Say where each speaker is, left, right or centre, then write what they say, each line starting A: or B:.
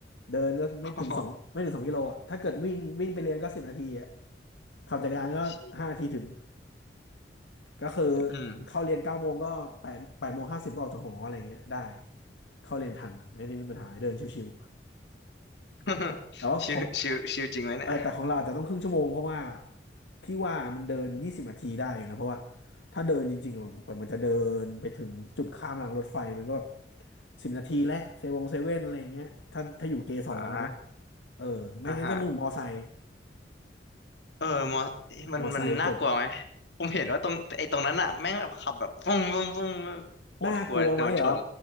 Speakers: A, on the left; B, on the left.
A: เดินก็ไม่ถึงสองไม่ถึงสองกิโลอ่ะถ้าเกิดวิ่งวิ่งไปเรียนก็สิบนาทีอ่ะ
B: <laughs> โอ้โห
A: ขับจักรยานก็ห้านาทีถึง
B: ชิ
A: ก็คือ
B: อืม
A: เข้าเรียนเก้าโมงก็แปดแปดโมงห้าสิบก็ออกจากหออะไรอย่างเงี้ยได้ เข้าเรียนทันไม่ได้มีปัญหาเดินชิว
B: <laughs>
A: ๆ แต่ว่าของ
B: ชิวชิวชิวจริงไหมเนี่ย
A: เออแต่ของเราอาจจะต้องครึ่งชั่วโมงเพราะว่าพี่ว่ามันเดินยี่สิบนาทีได้อยู่นะเพราะว่าถ้าเดินจริงๆอะกว่ามันจะเดินไปถึงจุดข้ามรางรถไฟมันก็แบบสิบนาทีและเซเวงเซเว่นอะไรอย่างเงี้ยถ้าถ้าอยู่เกสองอะนะ
B: อ่า
A: เออไม่งั้นก็นู่นมอไซค์
B: อ่าฮะเออมอมันมันน่ากลัวไหม
A: มอไซค์จบ
B: ผมเห็นว่าตรงไอ้ตรงนั้นอ่ะแม่งแบบขับแบบปุ้มปุ้มปุ้มแบบโคตรกลัวโดนชน
A: น่ากลัวไหมเหรอ